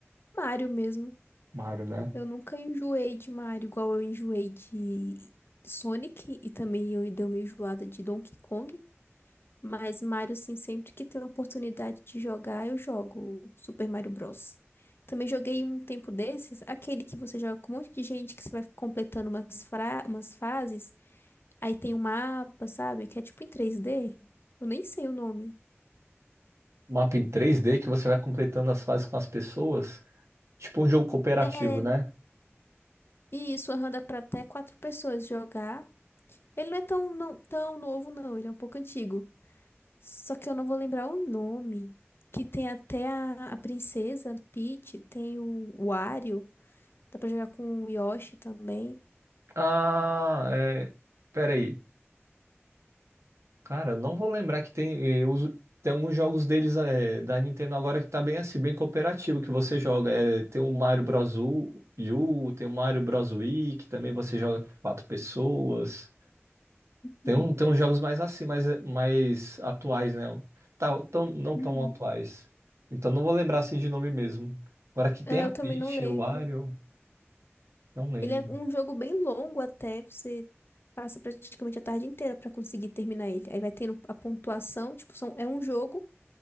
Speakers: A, on the left (about 55°); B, on the right (about 85°).
A: Mario mesmo.
B: Mario, né?
A: Eu nunca enjoei de Mario, igual eu enjoei de Sonic e também eu dei uma enjoada de Donkey Kong. Mas Mario, sim, sempre que tem a oportunidade de jogar, eu jogo o Super Mario Bros. Também joguei um tempo desses, aquele que você joga com um monte de gente, que você vai completando umas, fra umas fases, aí tem um mapa, sabe? Que é tipo em 3D. Eu nem sei o nome.
B: mapa em 3D que você vai completando as fases com as pessoas. Tipo um jogo cooperativo,
A: É,
B: né?
A: e isso aham, dá pra até quatro pessoas jogar. Ele não é tão, não, tão novo, não, ele é um pouco antigo. Só que eu não vou lembrar o nome. Que tem até a, a princesa Peach, tem o Wario. Dá pra jogar com o Yoshi também.
B: Ah, é. Peraí. Cara, eu não vou lembrar que tem. eh, Eu uso... Tem alguns jogos deles é, da Nintendo agora que tá bem assim, bem cooperativo, que você joga. É, tem o Mario Bros. U, U, tem o Mario Bros. Wii, que também você joga com quatro pessoas.
A: Uhum,
B: Tem, um, tem uns jogos mais assim, mais, eh, mais atuais, né? Tá, tão, não
A: uhum.
B: tão atuais. Então não vou lembrar assim de nome mesmo. Agora que tem
A: É,
B: a
A: eu
B: Peach,
A: também não lembro.
B: o Wario. Não lembro.
A: Ele é um jogo bem longo até, você passa praticamente a tarde inteira pra conseguir terminar ele. Aí vai tendo a pontuação, tipo, são, é um jogo,